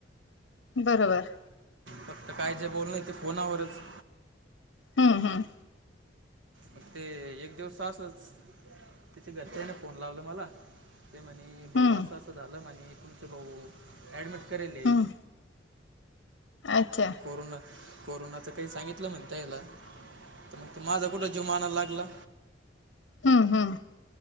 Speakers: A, on the left (about 75°); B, on the right (about 85°).
A: बरोबर.
B: फक्त काय जे बोलणं ‌आहे ते फोनावरच‌.
A: हम हम.
B: मग ते एक दिवस असंच, ‌तिच्या‌ घरच्यांनी फोन लावला मला. ते म्हने भाऊ,
A: हम्म
B: असं असं झालं म्हने तूमचे भाऊ ऍडमिट करले लई
A: हम्म अच्छा
B: कोरोना. कोरोनाचं काई सांगितलं म्हणताय ना ‌‌त मग तर ‌ माझा जीव कुठं मानायला लागला.
A: हम्म हम्म.